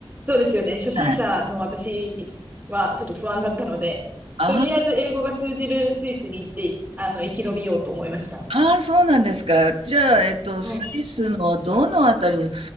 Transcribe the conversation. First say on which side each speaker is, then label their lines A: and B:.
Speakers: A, on the right; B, on the right.
A: そうですよね。初心者の私はちょっと不安だったので、
B: はい。あ
A: とりあえず英語が通じるスイスに行って、あの、生き延びようと思いました。
B: あ、ああそうなんですか。じゃあ、えっと、
A: はい。
B: スイスのどのあたりに、